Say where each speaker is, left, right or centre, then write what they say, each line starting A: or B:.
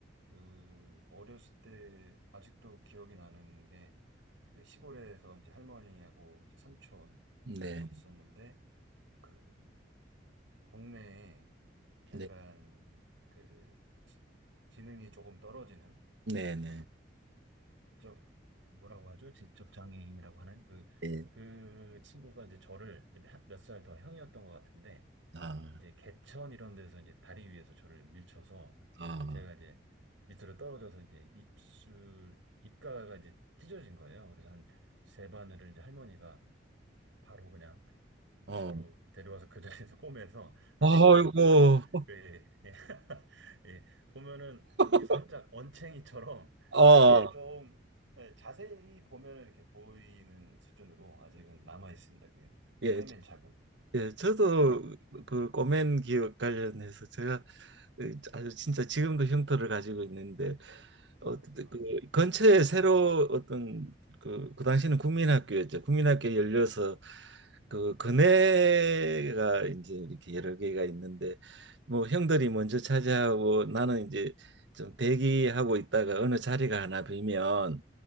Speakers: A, on the right (about 85°); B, on the right (about 70°).
A: 그 어렸을 때 아직도 기억이 나는 게 그 시골에서 이제 할머니하고 이제 삼촌하고
B: 네. 네.
A: 있었는데 그 동네에 약간
B: 네.
A: 그 지- 지능이 조금 떨어지는
B: 네네.
A: 어, 쪽 뭐라고 하죠? 지적 장애인이라고 하는 그
B: 예.
A: 그 친구가 이제 저를 몇 살 더 형이었던 것 같은데
B: 아,
A: 이제 개천 이런 데서 이제 다리 위에서 저를 밀쳐서
B: 아,
A: 제가 이제 밑으로 떨어져서 이제 입술 입가가 이제 찢어진 거예요. 그래서 한 세 바늘을 이제 할머니가 바로 그냥
B: 어.
A: 집으로 데려와서 그 자리에서 <laughs> 꼬매서 아직도
B: 아이고.
A: 예, 예. 예. <laughs> 예. 보면은
B: <laughs>
A: 이게 살짝 언챙이처럼
B: 아,
A: 이렇게 좀 예, 자세히 보면은 이렇게 보이는 수준으로 아직은 남아 있습니다. 그
B: 예,
A: 꿰맨 자국이.
B: 예, 저도
A: 예.
B: 그 꼬맨 기업 관련해서 제가 예, 아주 진짜 지금도 흉터를 가지고 있는데 어, 그
A: 아,
B: 근처에 새로 어떤 그, 그 당시는 국민학교였죠. 국민학교 열려서 그 근혜가 이제 이렇게 여러 개가 있는데 뭐 형들이 먼저 차지하고 나는 이제 좀 대기하고 있다가 어느 자리가 하나 비면